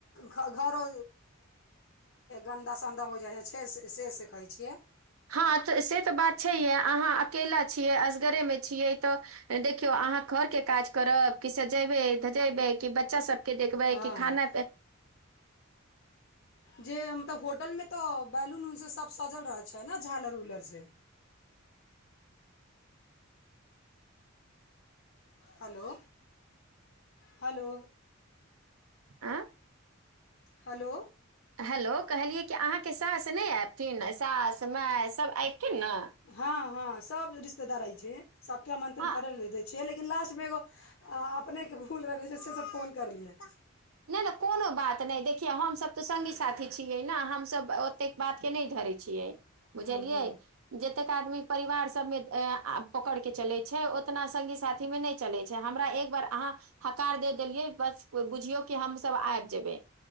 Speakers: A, on the left; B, on the right.
A: घ घरो गन्दा सन्दा हो जाइ हइ छैय से से कहै छियै
B: हँ तऽ से तऽ बात छैहै अहाँ अकेला छियै असगरे में छियै तऽ देखियौ अहाँ घरके काज करब कि सजेबै धजेबै कि बच्चा सब के देखबै
A: हँ
B: कि खाना
A: जे मतलब होटल मे तऽ बैलून उलसून सब सजल रह छै ने झालर उलर से हेलो हेलो
B: आँ
A: हेलो
B: हेलो कहलियै कि अहाँके सास नय अऐथिन सास माय सभ अबथिन ने
A: हँ हँ सब रिश्तेदार अवैयछै सबके आमंत्रण
B: हँ
A: करे ल द छै छीय लेकिन लास्ट मे एगो अपनेके भूल रहले से सब फोन करलियै
B: नय नय कोनो बात नय देखियौ हमसभ तऽ सङ्गी साथी छियै ने हमसभ तेक बात के नय धरे छियै बुझलियै
A: हूँ हूँ
B: जेतेक आदमी परिवार सब में पकड़ के चले छैय उतना संगी साथी में न चले छैय हमरा एक बार अहाँ हकार दे देलियै बस को बुझियौ कि हमसब आइब जेबै